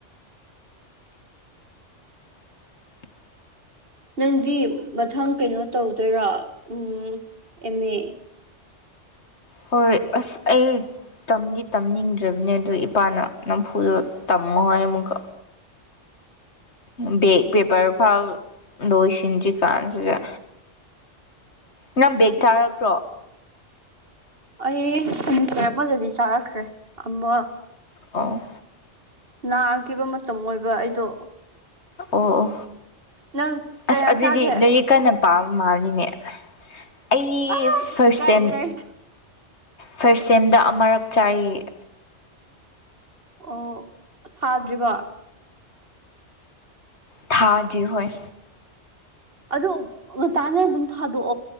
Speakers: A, on the left; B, on the right.
A: <unintelligible>
B: ꯅꯪꯗꯤ ꯃꯊꯪ ꯀꯩꯅꯣ ꯇꯧꯗꯣꯏꯔꯣ ꯑꯨꯝ ꯑꯦꯝ ꯑꯦ
A: ꯍꯣꯏ ꯑꯁ ꯑꯩ ꯇꯝꯗꯤ ꯇꯝꯅꯤꯡꯗ꯭ꯔꯕꯅꯤ ꯑꯗꯨ ꯏꯄꯥꯅ ꯅꯝꯐꯨꯗꯥ ꯇꯝꯃꯣ ꯍꯥꯏ ꯑꯃꯨꯛꯀ ꯕꯦꯛ ꯄꯦꯄꯔ ꯐꯥꯎ ꯂꯣꯏꯁꯤꯟꯗ꯭ꯔꯤꯀꯥꯟꯁꯤꯗ ꯅꯪ ꯕꯦꯛ
B: ꯑꯦ
A: ꯆꯥꯔꯛꯇ꯭ꯔꯣ
B: ꯑꯩ ꯁꯤꯃꯤꯁꯇꯔ ꯑꯃꯗꯗꯤ ꯆꯥꯔꯛꯈ꯭ꯔꯦ ꯑꯃ
A: ꯑꯣ
B: ꯅꯥꯈꯤꯕ ꯃꯇꯝ ꯑꯣꯏꯕ ꯑꯩꯗꯣ
A: ꯑꯣ ꯑꯣ
B: ꯅꯪ ꯀꯌꯥ
A: ꯑꯁ ꯑꯗꯨꯗꯤ
B: ꯆꯥꯒꯦ
A: ꯂꯩꯔꯤꯛ ꯀꯟꯅ ꯄꯥꯕ ꯃꯥꯜꯂꯤꯅꯦ ꯑꯩ
B: ꯑꯁ
A: ꯐꯥꯥꯔ꯭ꯁ
B: ꯀꯥꯏꯗꯩ
A: ꯁꯦꯝ
B: ꯂꯥꯏꯔꯤꯛ
A: ꯐꯥꯔ꯭ꯁ ꯁꯦꯝꯗ ꯑꯃꯔꯛ ꯆꯥꯏꯌꯦ
B: ꯑꯣ ꯊꯥꯗ꯭ꯔꯤꯕ
A: ꯊꯥꯗ꯭ꯔꯤ ꯍꯣꯏ
B: ꯑꯗꯣ ꯉꯅꯦ ꯑꯗꯨꯝ ꯊꯥꯗꯣꯛ